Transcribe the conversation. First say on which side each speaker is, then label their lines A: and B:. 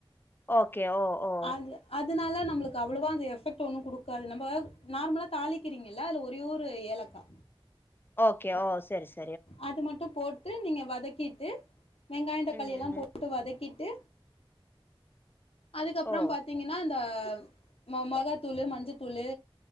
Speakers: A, on the left; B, on the left.
A: ஓகே ஓ ஓ
B: அது அதுனால நம்மளுக்கு அவ்ளோவா அந்த எஃபெக்ட் ஒன்னு குடுக்காது நம்ப நார்மலா தாளிக்கிறீங்க ல அதுல ஒரே ஒரு ஏலக்கா
A: ஓகே ஓ சரி ச
B: அது மட்டு போட்டு நீங்க வதக்கிட்டு வெங்காய தக்காளி
A: ம்
B: எல்லா
A: ம்
B: போட்டு வதக்கிட்டு அதுக்கப்றம்
A: ஓ
B: பாத்தீங்கன்னா இந்த மா மொளகாத்தூளு மஞ்சத்தூளு